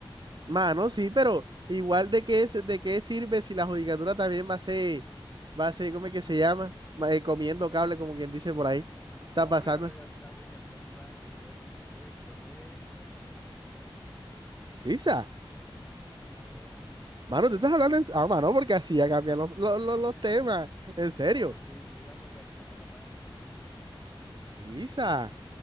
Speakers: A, on the right; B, on the left.
A: Mano, sí, pero igual de qué, es- de qué sirve si la judicatura también va a ser, va a ser, ¿cómo es que se llama? Ma- eh, comiendo cable, como quien dice por ahí. Está
B: No,
A: pasando.
B: porque las, judica- las judicaturas sí pagan completo. Creo que, creo que es como millón ochocientos.
A: Sí, sa.
B: Claro.
A: Mano, tú estás hablando en... Ah, mano, porque así ya cambian los, los, los-
B: <laughs>
A: los temas. En serio.
B: No, sí, sí, las judicaturas no la pagan en lo mismo.
A: Sí, sa.